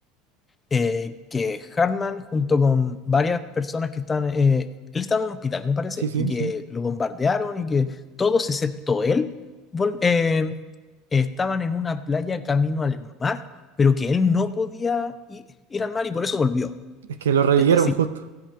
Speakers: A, on the left; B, on the right.
A: eh, que Hartman, junto con varias personas que están, eh, él está en un hospital, me parece,
B: Sí, sí,
A: y que
B: sí.
A: lo bombardearon y que todos excepto él vol- eh, estaban en una playa camino al mar, pero que él no podía i- ir, al mar y por eso volvió.
B: Es que lo revivieron
A: Eh, Así
B: justo.